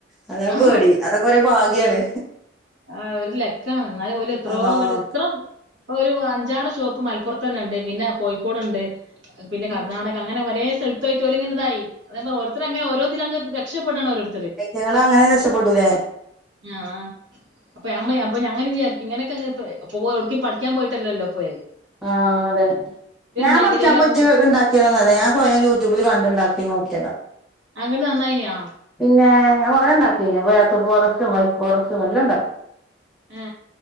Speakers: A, in the centre; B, on the right.
A: അതാണ്
B: ആ
A: പേടി അതൊക്കെ ഒറെേ ഭാഗ്യാണ്
B: ആഹ് ഒരു ലക്കാണ് എന്നാലും പോല എത്രോ
A: ആഹ്
B: ക എത്ര ഇപ്പൊ ഒരു അഞ്ചാറ് ഷോപ്പ് മലപ്പുറത്ത തന്നെ ഉണ്ട് പിന്നെ കോഴിക്കോട്ണ്ട് പിന്നെ
A: ഉം
B: കർണാടക അങ്ങെനെ ഒരേ സ്ഥലത്തത്ത് ആട്ട് ഒരുങ്ങനതായി അ പറ ഓരുത്ത അങ്ങ ഓോതിലങ് രക്ഷപ്പെടണോരുണ്ട്
A: ഐറ്റങ്ങളങ്ങനെ രക്ഷപ്പെട്ടൂലേ
B: ആ അപ്പൊ അമ്മ അപ്പൊ ഞങ്ങനെ വിചാരിക്ക ഇനൊക്കെപ്പോ എടക്കും പഠിക്കാൻ പോയിട്ടല്ലോ അപ്പേ
A: ആഹ് അതെ ഞാൻ
B: മേഖലയിൽ
A: പഠിച്ചാൻ പോയി്ട്ട്
B: അങ്ങട്ട്
A: ഉണ്ടാക്കിയതന്നല്ല ഞാൻ സ്വയം യൂട്യൂബില് കണ്ടണ്ടാക്കി നോക്കിയതാ
B: അങ്ങട്ട് നന്നായിനി ആ.
A: പിന്നെ ഞാൻ കൊറെേ ഉണ്ടാക്കി ബ്ലാക് ഫോറെസ്റ്റും വൈറ്റ് ഫോറെസ്റ്റും എല്ലാം ണ്ടാക്കും
B: ആ